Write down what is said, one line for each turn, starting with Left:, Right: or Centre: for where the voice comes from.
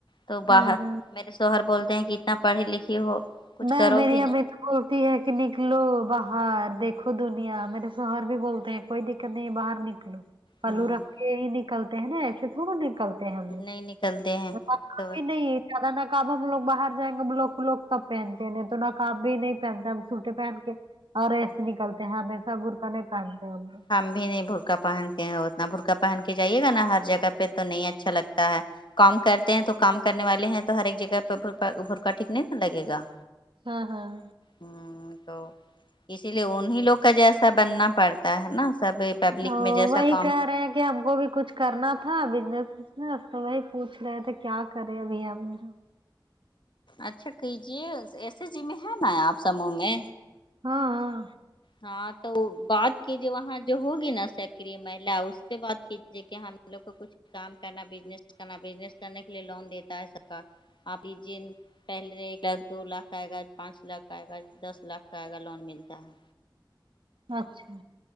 Left: تو
Right: ہاں
Left: باہر
Right: ہاں
Left: میرے سوہر بولتے ہیں کہ اتنا پڑھی لکھی ہو کچھ
Right: نہ
Left: کرو
Right: میری
Left: گی
Right: ہمیں
Left: نا
Right: بول تی ہے کہ نکلو باہر دیکھو دنیا میرے شوہر بھی بولتے ہیں کوئی دقت نہیں ہے باہر نکلو پلو
Left: ہ
Right: رکھتے ہی نکلتے ہیں نا ایسے تھوڑو نکلتے ہم لوگ
Left: نہیں نکلتے ہیں
Right: کام
Left: تو
Right: ہی نہیں زیادہ نہ کام ہم لوگ باہر جائیں گے لوگ لوگ تب پہنتے ہیں تو نقاب بھی نہیں پہنتا ہے ہم سوٹے پہن کے اور ایسے نکلتے ہیں ہمیشہ برکھا نہیں پہنتے ہم لوگ
Left: ہم بھی نہیں بھرکا پہنتے ہیں اتنا بھرکا پہن کے جائیے گا نا ہر جگہ پہ تو نہیں اچھا لگتا ہے کام کرتے ہیں تو کام کرنے والے ہیں تو ہر ایک جگہ پہا بھرکا ٹھیکنے نا لگے گا
Right: ہاں ہاں
Left: ہ تو اسی لیے انیں لوگ کا جیسا بننا پڑتا ہے نا سب پبلک
Right: ہ
Left: میں جیسا
Right: وہی
Left: کام
Right: کہہ رہے ہیں کہ ہم کو بھی کچھ کرنا تھا بزنس بزنس تو وہی پوچھ رہے تھے کیا کرے ابھی ہم جو
Left: اچھا کہجیے ایس ایس جی میں ہے نا آپ سموہ میں
Right: ہاں ہاں
Left: ہاں تو بات کیجیے وہاں جو ہوگی نا سکر مہلا اس سے بات کیجیے کہ ہم لوگ کو کچھ کام کرنا بزنس کرنا بزنس کرنے کے لیے لون دیتا سکا آپ ج پہلے ایک لاکھ دو لاکھ کا آئے گا پانچ لاکھ کا آئے گا دس لاکھ کا آئے گا لون ملتا ہے
Right: اچھا